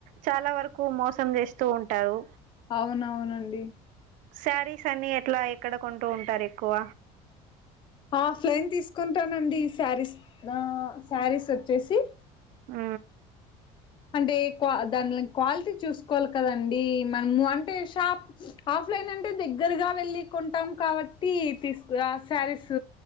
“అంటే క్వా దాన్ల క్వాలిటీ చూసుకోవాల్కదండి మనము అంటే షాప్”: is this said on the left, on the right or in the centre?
Left